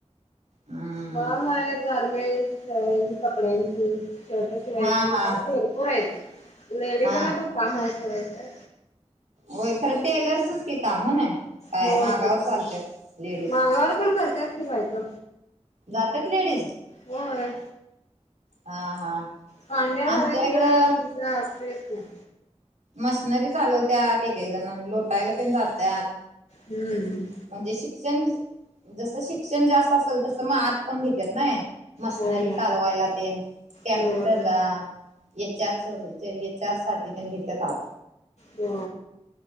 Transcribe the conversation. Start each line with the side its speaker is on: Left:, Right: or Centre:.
Right: हम्म
Left: बाग आहेत गारमेंट आहे कपड्यांची. शर्ट शिवायची
Right: हा हा
Left: भरपूर हायत लेडीजांना
Right: हा
Left: पण कामहाय सोडा इथं.
Right: होय खरं टेलर्सच की काम हो नाय. काय
Left: हो
Right: मागावर
Left: तेच.
Right: चालत्यात लेडीज.
Left: मागावर पण करतात की बायका.
Right: जात्यात लेडीज?
Left: होय
Right: हा हा!
Left: कांड्या भरायच
Right: आमच्या इकडं
Left: ये ज असतयचं न्हाय.
Right: मशनरी चालवत्यात एक-एक जण लोटायला तेन जात्यात.
Left: हम्म!
Right: म्हणजे शिक्षण जसं शिक्षण जास्त असेल तस आत पण घेत्यात न्हाय. मशनरी
Left: होय
Right: चालवायला तेन कॅम्प्युटर
Left: होय
Right: ला एच आरच ते एच आर साठी तेन घेत्यात आत.
Left: हो!